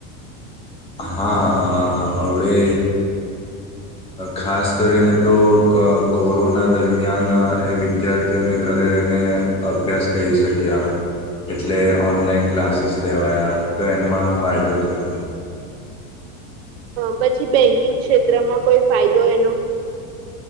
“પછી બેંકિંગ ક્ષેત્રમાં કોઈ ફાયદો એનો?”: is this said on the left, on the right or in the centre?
Right